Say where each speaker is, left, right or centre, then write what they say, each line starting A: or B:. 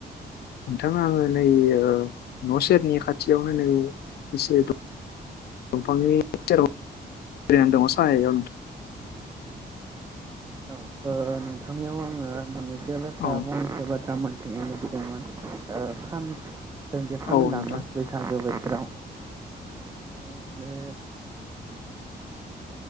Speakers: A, on the left; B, on the right.
A: नोंथाङा आङो नै ओ न' सेरनि खाथियावनो नै एसे दं दंफांनि सेरावनो <unintelligible> दङ' साहायाव
B: औ ओ नोंथांनियाव आङो मोननैसो बाथ्रा
A: औ
B: फंनैसो बाथ्रा मोन थिनो लुबैदोंमोन ओ खाम जों जे खाम
A: औ
B: दामो
A: नोंथां
B: बैसागो बोथोराव औ बे <inaudible>